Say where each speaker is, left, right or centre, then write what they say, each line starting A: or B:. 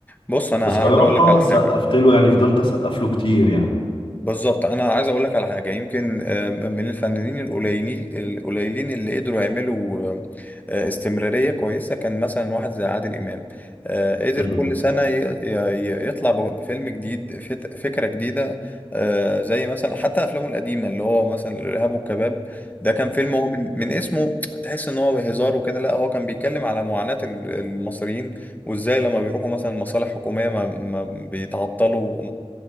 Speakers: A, on the left; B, on the left.
A: بص انا
B: بصراحة
A: عايز اقول لك على
B: سقفت
A: حاجة
B: له يعني فضلت اسقف له كتير يعني
A: بالظبط انا عايز اقول لك على حاجه يمكن آه، من الفنانين القليلين القليلين اللي قدروا يعملوا آه، آه، استمراريه كويسه كان مثلا واحد زي عادل امام آه، قدر كل
B: امم
A: سنه ي- ي- يطلع بفيلم جديد فت- فكره جديده آه، زي مثلا حتى افلامه القديمه اللي هو مثلا الارهاب والكباب ده كان فيلم هو من, من اسمه تحس ان هو هزار وكده لا هو كان بيتكلم على معاناه ال- المصريين وازاي لما بيروحوا مثلا مصالح حكوميه ما ما بيتعطلوا